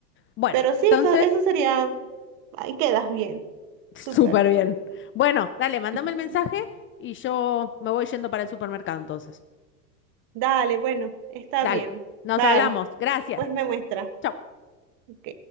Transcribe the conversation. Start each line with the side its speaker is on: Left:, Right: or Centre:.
Left: Bueno,
Right: Pero sí,
Left: entonces,
Right: eso, eso sería, ahí quedas bien, súper.
Left: súper bien. Bueno, dale, mándame
Right: <laughs>
Left: el mensaje y yo me voy yendo para el supermercado entonces.
Right: Dale, bueno, está
Left: Dale,
Right: bien,
Left: nos
Right: bye.
Left: hablamos. Gracias.
Right: Después me muestra,
Left: Chau.
Right: ok.